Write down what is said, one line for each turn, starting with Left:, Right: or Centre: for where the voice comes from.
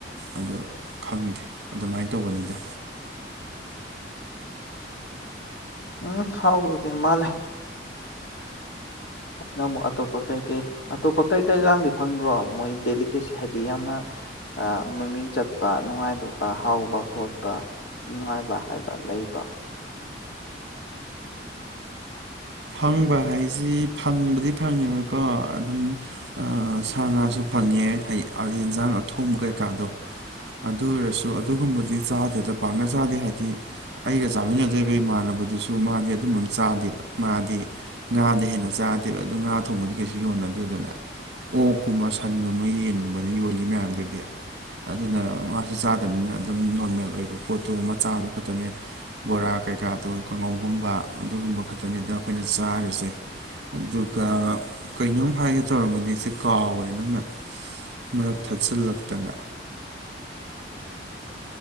Right: ꯑꯗꯣ ꯈꯪꯗꯦ ꯑꯗꯨꯃꯥꯏꯅ ꯇꯧꯕꯅꯤꯗ
Left: ꯎꯝ ꯍꯥꯎꯗꯣꯏꯗꯤ ꯃꯥꯜꯂꯦ ꯅꯪ ꯑꯃꯨꯛ ꯑꯇꯣꯞꯄ ꯀꯩꯀꯩ ꯑꯇꯣꯞꯄ ꯀꯩ ꯀꯩꯀꯗꯤ ꯐꯪꯗ꯭ꯔꯣ ꯃꯣꯏ ꯗꯦꯂꯤꯀꯦꯁꯤ ꯍꯥꯏꯗꯤ ꯌꯥꯝꯅ ꯑꯥ ꯃꯃꯤꯡ ꯆꯠꯄ ꯅꯨꯡꯉꯥꯏꯗꯧ ꯑꯥ ꯍꯥꯎꯕ ꯈꯣꯠꯄ ꯅꯨꯡꯉꯥꯏꯕ ꯍꯥꯏꯕ ꯂꯩꯕ꯭ꯔꯣ
Right: ꯐꯪꯕ ꯍꯥꯏꯁꯤ ꯐꯪꯕꯗꯤ ꯐꯪꯉꯦꯕꯀꯣ ꯑꯗꯨꯝ ꯑ ꯁꯥ ꯉꯥꯁꯨ ꯐꯪꯉꯦ ꯌꯦꯟꯁꯥꯡ ꯑꯊꯣꯡꯕ ꯀꯩꯀꯥꯗꯣ ꯑꯗꯨ ꯑꯣꯏꯔꯁꯨ ꯑꯗꯨꯒꯨꯝꯕꯗꯤ ꯆꯥꯗꯦꯗ ꯄꯥꯛꯅ ꯆꯥꯗꯦ ꯍꯥꯏꯗꯤ ꯑꯩꯒ ꯆꯥꯃꯤꯟꯅꯗꯣꯔꯤꯕ ꯏꯃꯥꯟꯅꯕꯗꯨꯁꯨ ꯃꯥꯗꯤ ꯑꯗꯨꯝꯕꯝ ꯆꯥꯗꯦꯕ ꯃꯥꯗꯤ ꯉꯥꯗꯩꯩ ꯍꯦꯟꯅ ꯆꯥꯗꯦꯕ ꯑꯗꯨ ꯉꯥ ꯊꯣꯡꯕꯗꯤ ꯀꯩꯁꯨ ꯌꯣꯟꯅꯗꯦꯗꯅ ꯑꯣꯛꯀꯨꯝꯕ ꯁꯟꯒꯨꯝꯕ ꯌꯦꯟꯒꯨꯝꯕꯅ ꯌꯣꯜꯂꯤ ꯃꯌꯥꯝꯗꯨꯗꯤ ꯑꯗꯨꯅ ꯃꯥꯁꯨ ꯆꯥꯗꯕꯅꯤꯅ ꯑꯗꯨꯝ ꯅꯣꯔꯃꯦꯜ ꯑꯣꯏꯕ ꯄꯣꯠꯇꯣ ꯃꯆꯥꯗꯨ ꯈꯛꯇꯅꯦ ꯕꯣꯔꯥ ꯀꯩꯀꯥꯗꯣ ꯀꯥꯡꯉꯧ <unintelligible> ꯑꯗꯨꯒꯨꯝꯕ ꯐꯠ ꯗꯨꯅꯤꯗ ꯑꯩꯈꯣꯏꯅ ꯆꯥꯔꯤꯁꯦ ꯑꯗꯨꯒ ꯀꯩꯅꯣꯝ ꯍꯥꯏꯒꯦ ꯇꯧꯔꯝꯕꯅꯤ ꯑꯩꯁꯦ ꯀꯥꯎꯒ꯭ꯔꯦ ꯅꯪꯅ ꯃꯔꯛ ꯊꯠ ꯆꯤꯜꯂꯛꯇꯅ